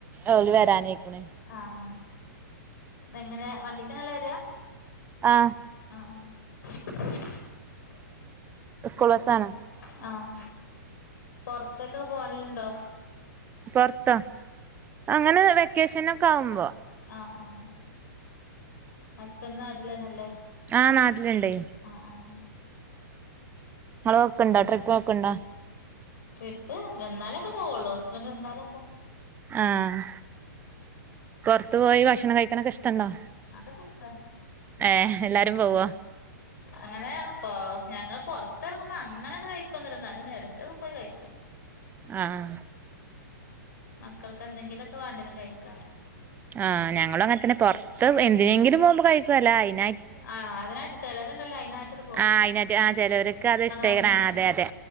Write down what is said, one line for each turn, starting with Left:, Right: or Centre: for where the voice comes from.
Right: ഓല് വെരാനായിക്കണ്
Left: ആഹ് എങ്ങനെ വണ്ടിക്കന്നല്ലേ വെരാ
Right: ആഹ്
Left: ആഹ് ആഹ്
Right: സ്കൂൾ
Left: വേറെന്താ?
Right: ബസ്സാണ്
Left: ആഹ് പൊർത്തൊക്കെ പോവല്ണ്ടോ?
Right: പൊറത്തോ അങ്ങനെ വെക്കേഷനൊക്കെ ആവുമ്പോ
Left: ആഹ് ആഹ് ഹസ്ബൻഡ് നാട്ടിലന്നെല്ലേ
Right: ആഹ് നാട്ടിലുണ്ട്
Left: ആഹ് ആഹ്
Right: ഇങ്ങള് നോക്കണ്ടോ ട്രിപ്പ് നോക്കണ്ടോ
Left: ട്രിപ്പ് വന്നാലൊക്കെ പോവുള്ളൂ ഹസ്ബന്റ് വന്നാലൊക്കെ
Right: ആഹ് പൊറത്ത് പോയി ഭക്ഷണം കഴിക്കാനൊക്കെ ഇഷ്ടണ്ടോ
Left: അതൊക്കെ ഇഷ്ട
Right: ഏഹ് എല്ലാരും പോവോ
Left: അങ്ങനെ പ്പൊ ഞങ്ങള് പൊറത്തിറങ്ങുമ്പോ അങ്ങനങ്ങട്ട് കഴിക്കൊന്നും ഇല്ല ന്നാലും എടക്ക് പോയി കഴിക്കും
Right: ആഹ്
Left: മക്കൾക്ക് എന്തെങ്കിലൊക്കെ വേണ്ടി വരും കഴിക്കാന്
Right: ആഹ് ഞങ്ങളും അങ്ങനെ തന്നെ പുറത്ത് എന്തിനെങ്കിലും പോകുമ്പോ കഴിക്കും അല്ലാതെ അയി
Left: ആഹ് അതിനായിട്ട് ചിലരുണ്ടല്ലോ അതിനായിട്ടൊരു
Right: ആഹ് അയിനായിട്ട് ആ ചെലോരൊക്കെ അത് ഇഷ്ടമായിക്കണം
Left: പറഞ്ഞാണ്ട്
Right: ആഹ് അതെ അതെ